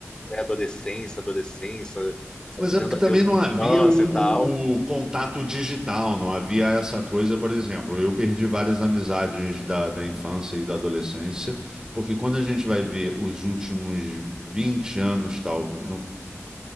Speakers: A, on the left; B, on the right.
A: pré-adolescência, adolescência, sabe,
B: Mas
A: dizendo
B: é porque também
A: adeus
B: não
A: à
B: havia
A: infância
B: o, um-
A: e tal.
B: o contato digital, não havia essa coisa, por exemplo. Eu perdi várias amizades da, da infância e da adolescência, porque quando a gente vai ver os últimos 20 anos, talvez,